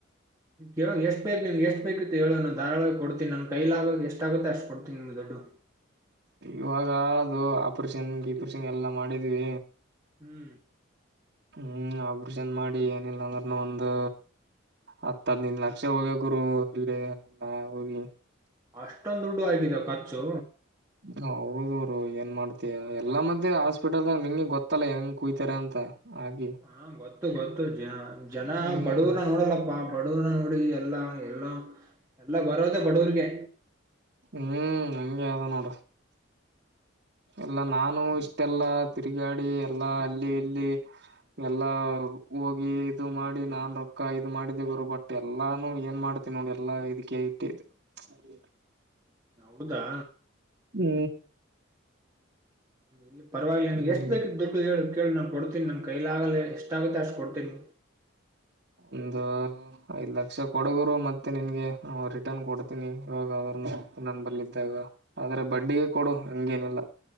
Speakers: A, on the right (about 15°); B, on the right (about 55°).
A: ಹೂ ಎಷ್ಟು ಬೇಕ ಎಷ್ಟು ಬೇಕ ಹೇಳ ನ ಧಾಳ ಕೊಡ್ತೀಿ ನನ್ ಕೈಲ ಆಗಕ್ ಎಷ್ಟ ಆಗುತ್ತೆ ಅಷ್ಟ ಕೊಡ್ತೀಿ ನಿಮ್ ದೊಡ್ಡು
B: ಇವಾಗ ಅದು ಆಪರೇಷನ್ ೀಪರೇಷನ್ ಎಲ್ಲಾ ಮಾಡಿದ್ವಿ
A: ಹೂ
B: ಹೂ ಆಬ್ರಷನ್ ಮಾಡಿ ಏನಿಲ್ಲಾ ಅಂದ್ರನು ಒಂದು ಹತ್ತ ಹದ್ ನಿಂದ್ ಲಕ್ಷ ಹೋಗ್ಯ ಗುರು ಅಲ್ಲಿ ಎಲ್ಲ ಹೋಗಿ
A: ಅಷ್ಟೊಂದ್ ದುಡ್ಡು ಆಗಿದ ಖರ್ಚು
B: ಹೌದರು ಏನ್ ಮಾಡ್ತಯ ಎಲ್ಲಾ ಮಧ್ಯೆ ಹಾಸ್ಪಿಟಲ್ದಾಗ ನಿಂಗೆ ಗೊತ್ತಲ್ಲ ಹೆಂಗ್ ಕುಯತಾರೆ ಅಂತ ಹಾಗೆ
A: ಹಾ ಗೊತ್ತು ಗೊತ್ತು ಜ ಜನ
B: ಹ್ಮ್
A: ಬಡವರ ನೋಡಲ್ಲಪ್ಪಾ ಬಡವರ ನೋಡಿ ಎಲ್ಲಾ ಎಲ್ಲೋ ಎಲ್ಲ ಬರೋದೆೇ ಬಡವರಿಗೆ
B: ಹೂ ಹಂಗೆ ಅದ ನೋಡ್ ಎಲ್ಲ ನಾನು ಇಷ್ಟೆಲ್ಲ ತಿರುಗಾಡಿ ಎಲ್ಲಾ ಅಲ್ಲಿ ಇಲ್ಲಿ ಎಲ್ಲಾ ಹೋಗಿ ಇದು ಮಾಡಿ ನಾನ್ ರೊಕ್ಕ ಇ ಮಾಡಿದ್ದೇವರು ಬಟ್ ಎಲ್ಲಾನು ಏನ್ ಮಾಡ್ ನೋಡಿ ಎಲ್ಲಾ ಇದು ಕೇಳಟ್ಟೆ ಇ
A: ಹೌದಾ
B: ಹೂ
A: ಹೂ ಪರವಾಗಿಲ್ಲ
B: ಹ್ಮ್
A: ನಗೆ ಎಷ್ಟು ಬೇಕ್ ದುಡ್ಡು ಹೇಳ ಕೇಳಿ ನಾನ್ ಕೊಡ್ತೀನಿ ನಂ ಕೈಲಾಗಲಿ ಎಷ್ಟಾಗುತ್ತೆ ಅಷ್ಟು ಕೊಡ್ತೀನಿ
B: ಒಂದು ಹೂ ಐದ್ ಲಕ್ಷ ಕೊಡಗರು ಮತ್ತೆ ನಿನ್ಗೆ ರಿಟರ್ನ್ ಕೊಡ್ತೀನಿ ಇವಾಗ ಅದ್ರನ್ನ ನನ್ ಬರ್ಿದ್ದಾಗ ಆದ್ರೆ ಬಡ್ಡಿಗೆ ಕೊಡು ಹಂಗೇನಿಲ್ಲ